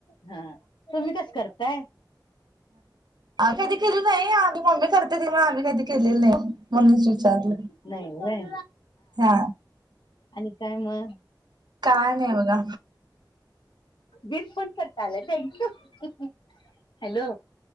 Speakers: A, on the left; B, on the right.
A: हा तुम्ही कस करताय.
B: ह कधी केली नाही आम्ही मम्मी करते तेव आम्ही कधी केलेलं नाही म्हणच विचारले.
A: नाही व्हय
B: हा
A: आणि काय म
B: का नाही ब का
A: वीर फोन करता आला. थँक यू हॅलो